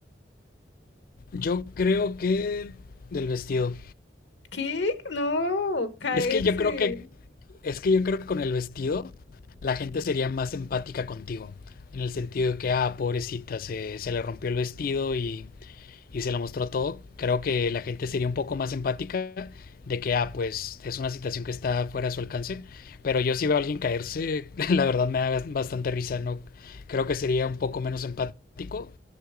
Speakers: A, on the left (about 50°); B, on the left (about 80°).
A: Yo creo que del vestido.
B: ¿Qué? No, caerse.
A: Es que yo creo que es que yo creo que con el vestido la gente sería más empática contigo, en el sentido de que ah, pobrecita, se, se le rompió el vestido y y se lo mostró todo, creo que la gente sería un poco más empática de que, ah, pues es una situación que está fuera de su alcance. Pero yo si veo a alguien caerse, <laughs> la verdad me da bastante risa, ¿no? Creo que sería un poco menos empático